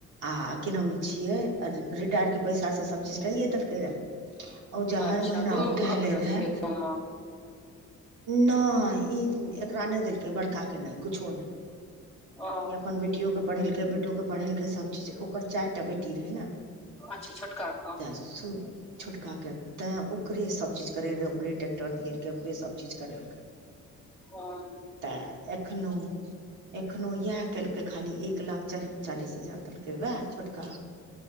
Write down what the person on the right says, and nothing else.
आ कि नाम छियै रिटायरके पैसासँ सभचीज कैए देलकै रए ओ जे हर
महीना
उठा
लै
रहए
नहि ई एकरा नहि देलकै बड़काके नहि किछो नहि
ई अपन बेटियो के पढ़ेलकै बेटो के पढ़ेलकै सभ चीज ओकर चारिटा बेटी रहे ने
सुन छोटका के तेय ओकरे सभचीज करे रहय ओकरे ट्रैेक्टर दियलकै ओकरे सभचीज करेलकै
तैय एखनोहु एखनो इएह केलकै खाली एक लाख चाल चालीस हजार देलकै उएह छोटका